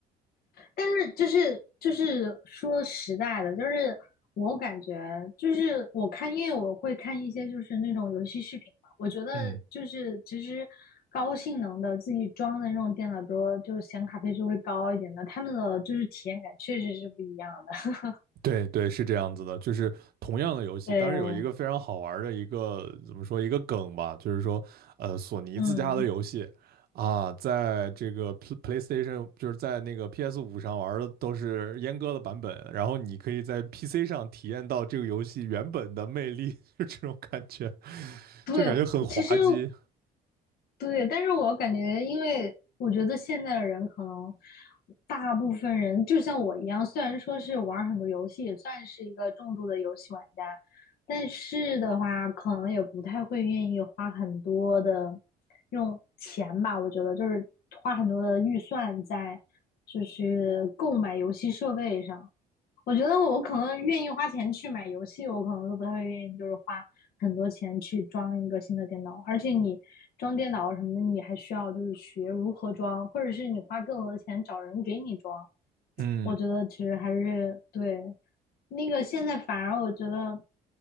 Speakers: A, on the left; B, on the right.
A: 但是就是就是说实在的，就是我感觉就是我看，因为我会看一些就是那种游戏视频嘛，我觉得就是其实高性能的自己装的那种电脑，
B: 嗯，
A: 比如说就是显卡配置会高一点的，他们的就是体验感确实是不一样的。<laughs>
B: 对对，是这样子的，就是同样的游戏，
A: 对，
B: 但是有一个非常好玩儿的一个怎么说一个梗吧，就是说，呃，索尼自家的游戏啊，
A: 嗯，
B: 在这个 Play- PlayStation 就是在那个 PS 五上玩儿的都是阉割的版本，然后你可以在 PC 上体验到这个游戏原本的魅力，<laughs> 就这种感觉，
A: 对，
B: 就感觉很滑稽。
A: 其实对，但是我感觉，因为我觉得现在的人可能大部分人就像我一样，虽然说是玩儿很多游戏，也算是一个重度的游戏玩家，但是的话，可能也不太会愿意花很多的用钱吧。我觉得就是花很多的预算在就是购买游戏设备上。我觉得我可能愿意花钱去买游戏，我可能都不太会愿意，就是花很多钱去装一个新的电脑。而且你装电脑什么的，你还需要就是学如何装，或者是你花更多的钱找人给你装。
B: 嗯
A: 我觉得其实还是对那个现在反而我觉得